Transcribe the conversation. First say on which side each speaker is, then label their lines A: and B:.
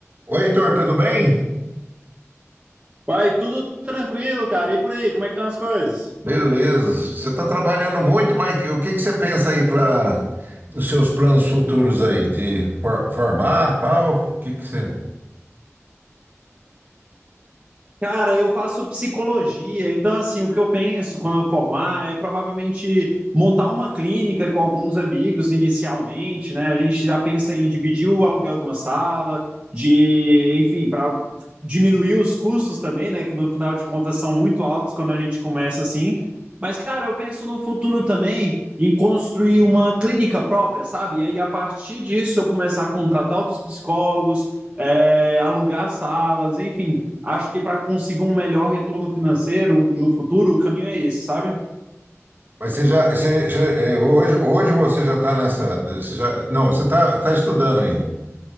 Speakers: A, on the right; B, on the right.
A: Oi, Heitor, tudo bem?
B: Vai, tudo tranquilo, cara. E por aí, como é que estão as coisas?
A: Beleza. Você está trabalhando muito, mas o que que você pensa aí para os seus planos futuros aí de for- formar, tal? O que que você?
B: Cara, eu faço psicologia, então assim, o que eu penso quando eu formar é provavelmente montar uma clínica com alguns amigos inicialmente, né? A gente já pensa em dividir o aluguel de uma sala, de, enfim, para diminuir os custos também, né? Que no final de contas são muito altos quando a gente começa assim. Mas, cara, eu penso no futuro também em construir uma clínica própria, sabe? E aí, a partir disso, eu começar a contratar outros psicólogos, é, alugar salas, enfim acho que para conseguir um melhor retorno financeiro no futuro, o caminho é esse, sabe?
A: Mas você já, você já- é, hoje, hoje você já está nessa, você já, não, você está tá tá estudando ainda.